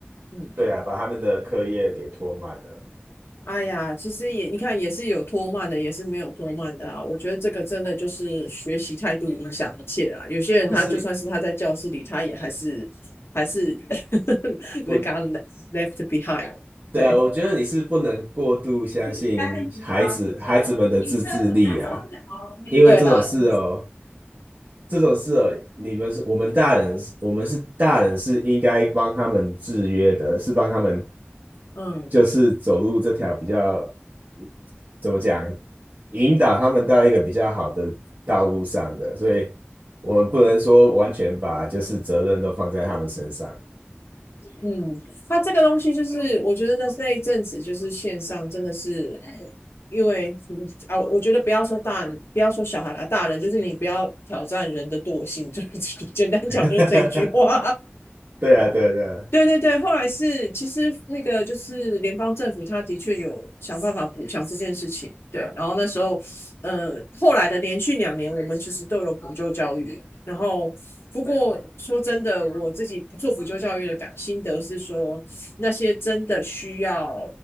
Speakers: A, on the left; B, on the right.
A: 嗯，
B: 对啊，把他们的课业给拖慢了。
A: 哎呀，其实也你看，也是有拖慢的，也是没有拖慢的啊。我觉得这个真的就是学习态度影响一切啊。有些人他就算是他在教室里，
B: 可是
A: 他也还是还是 <laughs>
B: 我
A: 被 got left behind。
B: 对啊，
A: 对
B: 我觉得你是不能过度相信孩子孩子们的自制力啊，
A: ，facing across turn the mat over.
B: 因为这种事哦，
A: 对的，
B: 这种事哦，你们是我们大人，我们是大人是应该帮他们制约的，是帮他们
A: 嗯
B: 就是走路这条比较呃怎么讲，引导他们到一个比较好的道路上的，所以我们不能说完全把就是责任都放在他们身上。
A: 嗯。它这个东西就是，我觉得那那一阵子就是线上真的是，因为嗯啊，我觉得不要说大人，不要说小孩啊，大人就是你不要挑战人的惰性，就 <laughs> 是简单讲就是这一句话。
B: <laughs> 对啊，对啊，对啊，
A: 对对对，后来是其实那个就是联邦政府，他的确有想办法补强这件事情。对，然后那时候，呃，后来的连续两年，我们其实都有补救教育。然后，不过说真的，我自己不做补救教育的感心得是说，那些真的需要